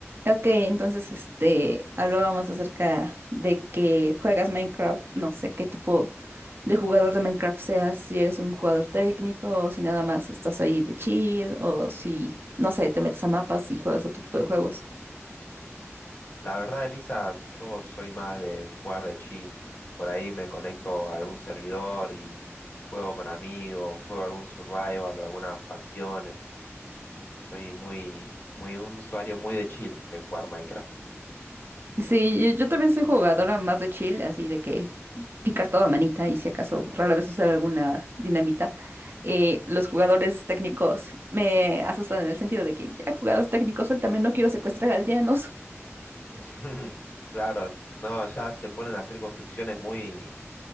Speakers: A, on the right; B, on the left.
A: Ok, entonces este hablábamos acerca de que juegas Minecraft, no sé qué tipo de jugador de Minecraft seas, si eres un jugador técnico o si nada más estás ahí de chill o si, no sé, te metes a mapas y juegas otro tipo de juegos.
B: La verdad, Elisa, yo soy más de jugar de chill. Por ahí me conecto a algún servidor y juego con amigos, juego algún survival o algunas facciones. Soy muy, muy un usuario muy de chill de jugar Minecraft.
A: Sí, yo, yo también soy jugadora más de chill, así de que picar toda manita y si acaso rara vez usar alguna dinamita. Eh, los jugadores técnicos me asustan en el sentido de que ya jugador técnico, también no quiero secuestrar aldeanos.
B: <laughs> Claro, no, ya se ponen a hacer construcciones muy,